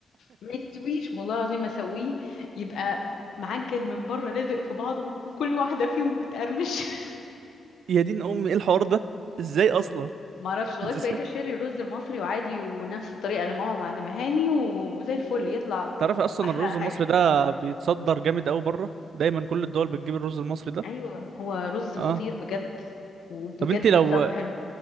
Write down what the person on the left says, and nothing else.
ما يستويش والله العظيم ما اسويه يبقى معجن من بره لازق في بعضه وكل واحده فيهم بتقرمش <laughs>
ما اعرفش لغايه
بقيت اشتري الرز المصري وعادي ونفس الطريقه اللي ماما معلمهاني و- وزي الفل يطلع
احلى
حاجه
ايوه هو رز
خطير بجد وبجد
بيتسوى حلو